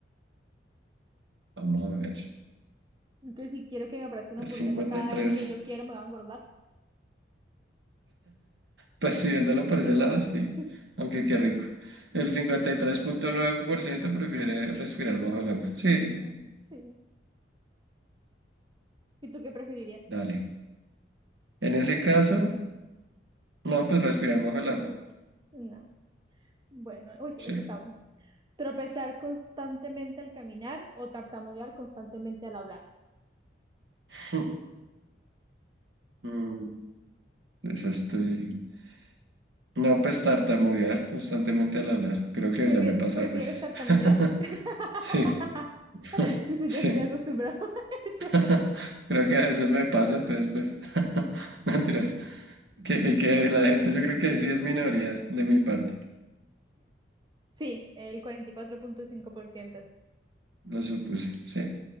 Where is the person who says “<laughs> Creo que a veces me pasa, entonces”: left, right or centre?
Right